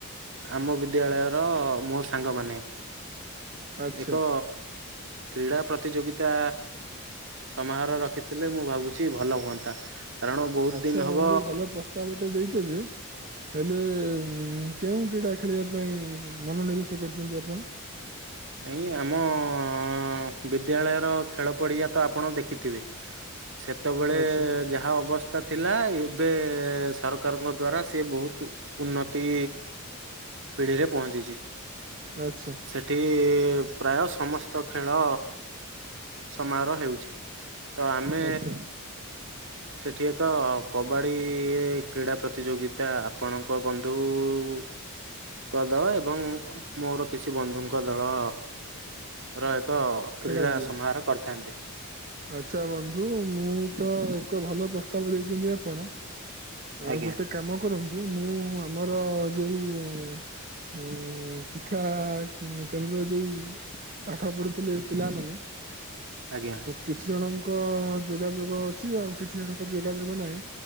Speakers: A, on the right; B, on the right.
A: ଆମ ବିଦ୍ୟାଳୟର ମୋ ସାଙ୍ଗମାନେ
B: ଆଚ୍ଛା
A: ଏକ କ୍ରୀଡ଼ା ପ୍ରତିଯୋଗିତା ସମାହାର ରଖିଥିଲେ ମୁଁ ଭାବୁଛି ଭଲ ହୁଅନ୍ତା। କାରଣ ବହୁତ
B: ଆଚ୍ଛା
A: ଦିନ ହବ
B: ବନ୍ଧୁ ଭଲ ପ୍ରସ୍ତାବ ଟେ ଦେଇଚ ଯେ ହେଲେ କେଉଁ କ୍ରୀଡ଼ା ଖେଳିବା ପାଇଁ ମନୋନିବେଶ କରିଛନ୍ତି ଆପଣ?
A: ନାଇଁ ଆମ ବିଦ୍ୟାଳୟର ଖେଳ ପଡିଆ ତ ଆପଣ ଦେଖିଥିବେ। ସେତେବେଳେ
B: ଆଚ୍ଛା
A: ଯାହା ଅବସ୍ଥା ସ୍ତା ଥିଲା ଏବେ ସରକାରଙ୍କ ଦ୍ଵାରା ସେ ବହୁତ ଉନ୍ନତି ପିଢ଼ିରେ ପହଞ୍ଚିଛି।
B: ଆଚ୍ଛା।
A: ସେଠି ପ୍ରାୟ ସମସ୍ତ ଖେଳ ସମାରୋହ ହେଉଛି। ତ ଆମେ
B: ଆଚ୍ଛା
A: ସେଠି ଏକ କବାଡ଼ି କ୍ରୀଡ଼ା ପ୍ରତିଯୋଗିତା ଆପଣଙ୍କ ବନ୍ଧୁଙ୍କ ଦଳ ଏବଂ ମୋର କିଛି ବନ୍ଧୁଙ୍କ ଦଳ ର ଏକ
B: ଖେଳାଯିବା
A: କ୍ରୀଡ଼ା ସମାହାର କରିଥାନ୍ତେ।
B: ଆଚ୍ଛା ବନ୍ଧୁ ମୁଁ ତ ଏକ ଭଲ ପ୍ରସ୍ତାବ ଦେଇଛନ୍ତି ଆପଣ
A: ଆଜ୍ଞା
B: ଆଉ ଗୋଟେ କାମ କରନ୍ତୁ ମୁଁ ଆମର ଯୋଉ ଉଁ ଶିକ୍ଷା କେନ୍ଦ୍ରରେ ଯୋଉ ପାଠ ପଢୁଥିଲେ ପିଲାମାନେ
A: ଆଜ୍ଞା
B: କିଛି ଜଣଙ୍କ ଯୋଗାଯୋଗ ଅଛି ଆଉ କିଛି ଜଣଙ୍କ ଯୋଗାଯୋଗ ନାହିଁ